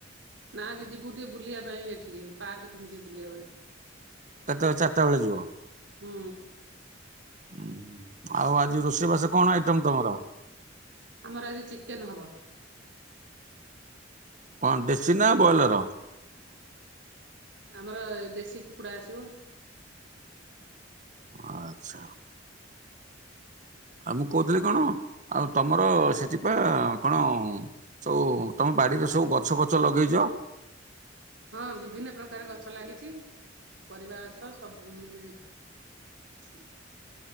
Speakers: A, on the right; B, on the right.
A: ନା ଆଜି ଯିବୁ ଟିକେ ବୁଲିବା ପାଇଁ ଏଠିକେ ପାର୍କ ଯିବୁ ଟିକେ ବୁଲିବା ପାଇଁ।
B: କେତେବେଳେ ଚାରିଟା ବେଳେ ଯିବ।
A: ହୁଁ।
B: ଉଁ ଆଉ ଆଜି ରୋଷେଇବାସ କଣ ଆଇଟମ ତମର?
A: ଆମର ଆଜି ଚିକେନ ହବ।
B: କଣ ଦେଶୀ ନା ବଏଲର?
A: ଆମର ଦେଶୀ କୁକୁଡ଼ା ଆସିବ।
B: ଆଚ୍ଛା। ଆଉ ମୁଁ କହୁଥିଲି କଣ ଆଉ ତମର ସେଥିପାଇଁ କଣ ସବୁ ତମ ବାଡିରେ ସବୁ ଗଛ ଫଛ ଲଗେଇଛ।
A: ହଁ ବିଭିନ୍ନ ପ୍ରକାର ଗଛ ଲାଗିଛି ପରିବା ଗଛ ସବୁ ମାନେ <unintelligible>